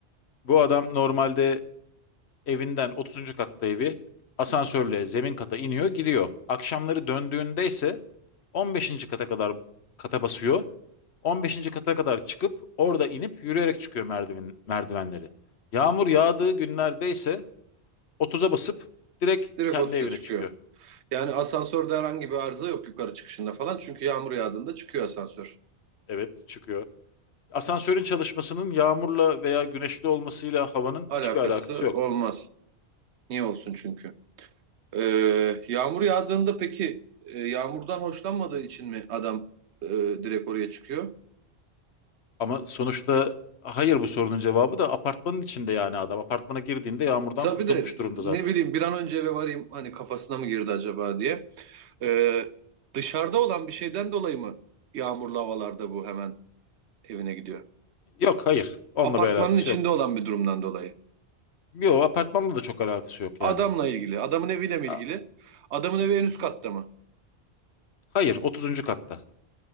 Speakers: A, on the left; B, on the right.
A: bu adam normalde evinden 30. katta evi asansörle zemin kata iniyor, gidiyor. Akşamları döndüğünde ise 15. kata kadar kata basıyor. 15. kata kadar çıkıp orada inip yürüyerek çıkıyor merdiven merdivenleri. Yağmur yağdığı günlerde ise 30'a basıp direkt
B: Direkt
A: kendi
B: 30'a
A: evine
B: çıkıyor.
A: çıkıyor.
B: Yani asansörde herhangi bir arıza yok yukarı çıkışında falan. Çünkü yağmur yağdığında çıkıyor asansör.
A: Evet, çıkıyor. Asansörün çalışmasının yağmurla veya güneşli olmasıyla havanın
B: Alakası
A: hiçbir alakası yok.
B: olmaz. Niye olsun çünkü? Ee, yağmur yağdığında peki e, yağmurdan hoşlanmadığı için mi adam e, direkt oraya çıkıyor?
A: Ama sonuçta hayır bu sorunun cevabı da apartmanın içinde yani adam. Apartmana girdiğinde yağmurdan
B: Tabii
A: kurtulmuş
B: de
A: durumda
B: ne
A: zaten.
B: bileyim bir an önce eve varayım hani kafasına mı girdi acaba diye. Ee, dışarıda olan bir şeyden dolayı mı yağmurlu havalarda bu hemen evine gidiyor?
A: Yok hayır. Onunla
B: Apartmanın
A: bir alakası
B: içinde
A: yok.
B: olan bir durumdan dolayı.
A: Yok apartmanla da çok alakası yok
B: Adamla
A: yani.
B: ilgili, adamın eviyle mi
A: A-
B: ilgili? Adamın evi en üst katta mı?
A: Hayır 30. katta.